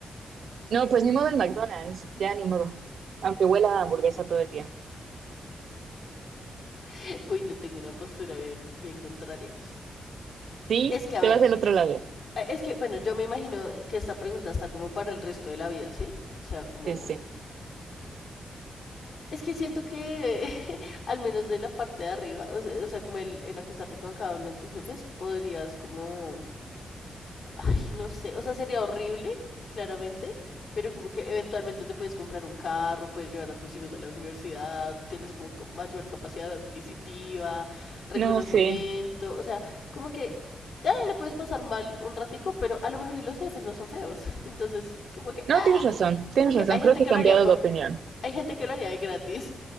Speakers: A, on the right; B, on the left.
A: no, pues ni modo en McDonald's, ya ni modo. Aunque huela a hamburguesa todo el día.
B: <laughs> Uy, yo tengo una postura bien, bien contraria.
A: Sí,
B: Es que, a
A: te
B: ver,
A: vas del otro lado.
B: eh, es que, bueno, yo me imagino que esta pregunta está como para el resto de la vida, ¿sí? O sea, como...
A: Sí, sí.
B: Es que siento que, <laughs> al menos de la parte de arriba, o se- o sea, como el, el acostarte con cada uno de tus jefes, podrías como ay, no sé, o sea, sería horrible, claramente, pero como que eventualmente te puedes comprar un carro, puedes llevar a tus hijos a la universidad, tienes como co- mayor capacidad adquisitiva, reconocimiento,
A: No sé.
B: o sea, como que ah, le puedes pasar mal un ratico, pero a lo mejor y los jefes no son feos. <laughs> Entonces, como que,
A: No,
B: ah,
A: tienes razón, tienes
B: como que
A: razón.
B: hay
A: Creo
B: gente
A: que
B: que
A: he cambiado
B: lo haría por,
A: de opinión.
B: hay gente que lo haría de gratis.